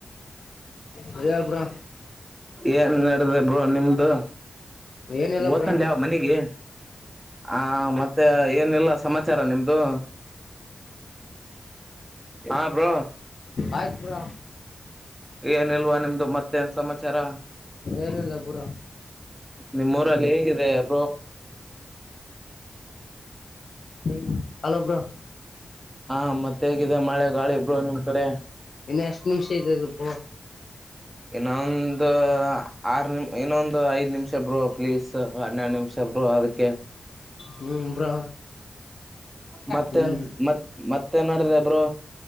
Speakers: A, on the left (about 65°); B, on the right (about 15°).
A: ಹೇಳ ಬ್ರಾ
B: ಏನ್ ನಡೆದಾದ. ಬ್ರೋ ನಿಮ್ದ.
A: ಏನಿಲ್ಲ
B: ಹೊತನ
A: ಬ್ರಾ
B: ಲೆ ಅವ ಮನಿಗಿ ಆ ಮತ್ತೆ ಏನಿಲ್ಲ ಸಮಾಚಾರ ನಿಮ್ದು ಹಾ ಬ್ರೋ.
A: ಆಯ್ತು ಬ್ರೋ.
B: ಏನಿಲ್ವಾ ನಿಮ್ದು ಮತ್ತೆನ್ ಸಮಾಚಾರ
A: ಏನಿಲ್ಲ ಬ್ರಾ
B: ನಿಮ್ಮೂಊರಲ್ಲಿ ಹೇಗ <inaudible>
A: <unintelligible> ಹಲೋ ಬ್ರೋ.
B: ಹಾ ಮತ್ತೆ ಹೇಗಿದೆ ಮಳೆ ಗಾಳಿ ಬ್ರೋ ನಿಮ್ ಕಡೆ.
A: ಇನ್ನ ಎಷ್ಟ್ ನಿಮಿಷ ಇದೆ ಬ್ರೋ
B: ಇನ್ನೊಂದು ಆರ್ ನಿಮ ಇನ್ನೊಂದು ಐದ ನಿಮಿಷ ಬ್ರೋ ಪ್ಲೀಸ್. ಹನ್ನೆರಡು ನಿಮಿಷ ಬ್ರೋ ಅದಕ್ಕೆ.
A: ಹ್ಮ್ ಬ್ರೋ.
B: ಮತ್ತ
A: ಹ್ಮ್
B: ಮ ಮತ್ತೇ ನಡಿದೀದೇ ಬ್ರೋ.